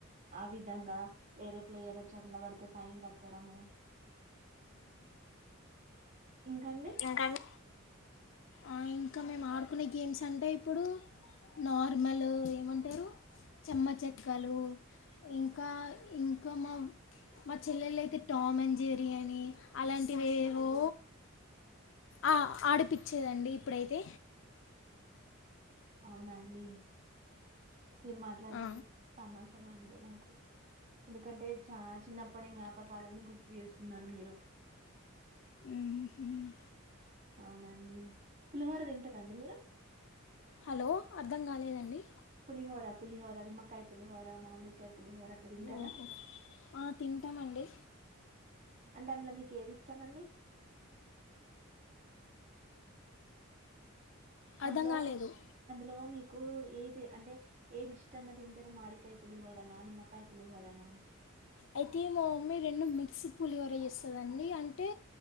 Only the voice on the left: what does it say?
ఇంకా అన్ ఆ ఇంకా మేము ఆడుకునే గేమ్స్ అంటే ఇప్పుడు నార్మల్ ఏమంటారు చెమ్మ చెక్కలు ఇంకా ఇంకా మా మా చెల్లెలు అయితే టామన్ జెర్రీ అని అలాంటివివెవో అ ఆడిపిచ్చేదండి ఇప్పుడైతే
ఆ.
మ్మ్.
హలో అర్థం కాలేదండి.
ఓహో ఆ, తింటామండి
అర్థం కాలేదు
అయితే మా మమ్మీ రెండు మిక్స్ పులిహోర చేస్తదండి. అంటే